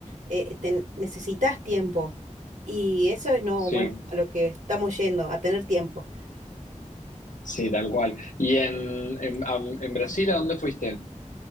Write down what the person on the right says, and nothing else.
eh, te- necesitas tiempo. Y eso es no,
bueno, a lo que estamos yendo, a tener tiempo.